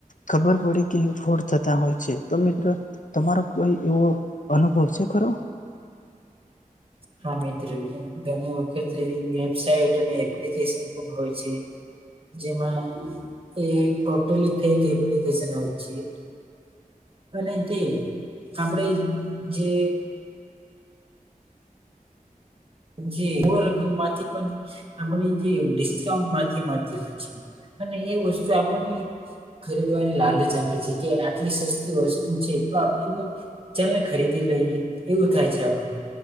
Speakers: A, on the left; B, on the right.
A: ખબર પડે કે ફોડ થતા હોય છે. તો મિત્રો તમારો કોઈ એવો અનુભવ છે ખરો?
B: હા મિત્ર <inaudible> તો એવી વેબસાઇટ અને એપ્લિકેશન પન હોય છે. જેમાં એ ટોટલી કંઈક એપ્લીકેશન આવી છે. અને તે આપણેે જે. જે બો રકમ માંથી પણ આપ જેિસ્કાઉન્ટ માંથી મળતી હોય છે. અને એ વસ્તુ આપણને. ખરીદવાની લાલ જ આપ છે કે આટલી સસ્તી વસ્તુ છે. એ તો આપણે પણ ચાલ ને ખરીદી લઈએ એવું થાય છે. આખ